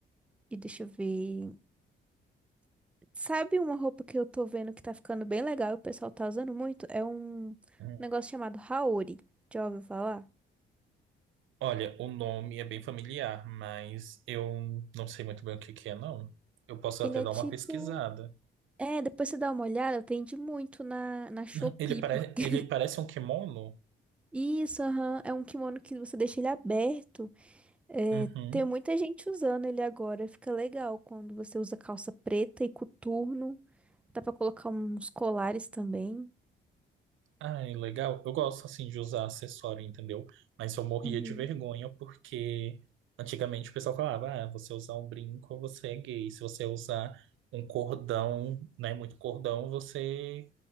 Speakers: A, in the centre; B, on the right.
A: E deixa eu ver. Sabe uma roupa que eu tô vendo que tá ficando bem legal e o pessoal tá usando muito? É um
B: Hum.
A: negócio chamado Haori. Já ouviu falar?
B: Olha, o nome é bem familiar, mas eu não sei muito bem o que que é, não. Eu posso
A: Ele
B: até
A: é
B: dar
A: tipo.
B: uma pesquisada.
A: É, depois você dá uma olhada, vende muito na, na Shopee,
B: <laughs> Ele, pare...
A: porque.
B: Ele parece um kimono?
A: <laughs> Isso, aham, É um kimono que você deixa ele aberto. É,
B: Uhum.
A: tem muita gente usando ele agora. Fica legal quando você usa calça preta e coturno. Dá pra colocar uns colares também.
B: Ah, é legal. Eu gosto assim de usar acessório, entendeu? Mas eu morria
A: Uhum.
B: de vergonha porque antigamente o pessoal falava: ah, você usar um brinco, você é gay. Se você usar um cordão, né, muito cordão, você